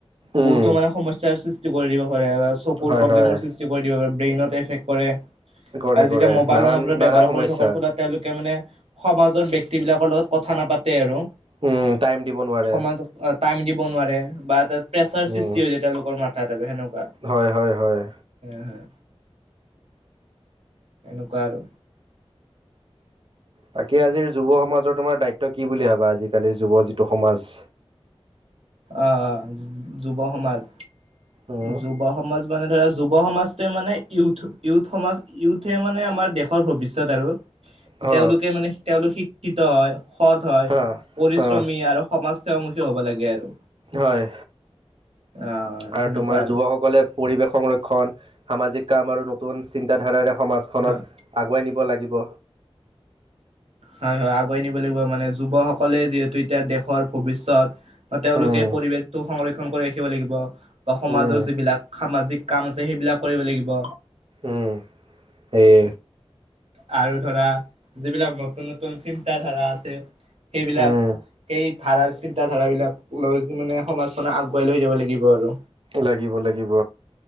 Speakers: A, on the right; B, on the right.
A: উম
B: বহুতো মানে সমস্যৰ সৃষ্টি কৰি দিব। চকুৰ্ৃষ্ট
A: হয় হয়
B: কৰি দিব প ব্ৰেইনত এফক্ কৰে।
A: কৰে
B: আৰু যেতিয়া
A: কৰে
B: মোবাইলৰ
A: নানান
B: ওপৰত
A: নানান
B: ব্যৱহাৰ।
A: সমস্যা
B: কৰি থকাৰ ফলত তেওঁলোকে মানে সমাজৰ ব্যক্তিবিলাকৰ লগত কথা নাপাতে আৰু।
A: উম টাইম দিব নোৱাৰে
B: সমাজক টাইম দিব নোৱাৰে। বা তাত প্ৰেছাৰ
A: উম
B: সৃষ্টি হৈ যায় তেওঁলোকৰ মাথাত আৰু সেনেকুৱা
A: হয় হয় হয়
B: হ হ। এনেকুৱা আৰু।
A: বাকী আজিৰ যুৱ সমাজৰ তোমাৰ দায়িত্ব কি বুলি ভাবা আজিকালি যুৱ যিটো সমাজ।
B: অ যুৱ সমাজ
A: উম
B: যুৱ সমাজ। মানে ধৰা যুৱ সমাজটোৱে মানে ইথ ইথ সমাজ ইউথে মানে আমাৰ দেশৰ ভৱিষ্যয়ত আৰু।
A: হ
B: তেওঁলোকে মানে তেওঁলোক শিক্ষিত হয় সৎ হয়
A: হ
B: পৰিশ্ৰমী
A: হ
B: আৰু সমাজ। মুখমুখী হ'ব লাগে আৰু।
A: হয়।
B: আহ
A: আৰু
B: সেনেকুৱা
A: তোমাৰ যুৱকসকলে পৰিৱেশ সংৰক্ষণ সামাজিক কাম আৰু নতুন চিন্তা। হাধাৰাৰে সমাজখনক
B: হয়
A: আগুৱাই নিব লাগিব?
B: হয় হয় আগুৱাই নিব লাগিব মানে যুৱ সকলে যিহেতু এতিয়া দেশৰ ভৱিষ্যত তেওঁলোকে?
A: উম,
B: সংৰক্ষণ কৰি ৰাখিব লাগিব বা সমাজৰ
A: উম,
B: যিবিলাক সামাজিক কাম আছে সেইবিলাক কৰিব লাগিব?
A: উ এই
B: আৰু ধৰা যিবিলাক নতুন নতুন চিন্তা ধাৰা আছে সেইবিলাক
A: উম,
B: সেই ধাৰা চিন্তা ধাৰাাবলাক লৈ মানে সমাজখনে আগুৱাই লৈ যাব লাগিব আৰু।
A: লাগিব লাগিব?